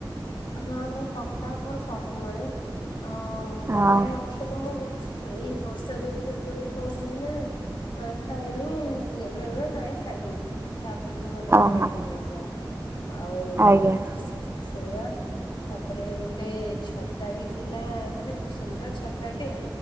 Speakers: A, on the left (about 70°); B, on the right (about 30°).
A: ହଁ ନାଇଁ ପଖାଳ ମୋର ସବୁବେଳେ, ଆଉ
B: ହଁ
A: ପଖାଳ ନ <unintelligible> ମୁଁ ଏଇ ବର୍ଷା ଯୋଗୁ ବେଳେ-ବେଳେ କଣ ହୁଏନା <unintelligible> ଖାଏନି ବେଳେ-ବଳେ ନାଇଁ ଖାଇବିନି। ତା ପରଦିନ ମୋ ଦେହ
B: ଓହୋ
A: ଖରାପ୍ ହେଇଯାଇଥିବ, ଆଉ
B: ଆଜ୍ଞା
A: ସେ ସେଇଆ। ତାପରେ ଗୋଟେ ଛତା ବି ଥିଲା ମାନେ ସୁନ୍ଦର୍ ଛତାଟେ।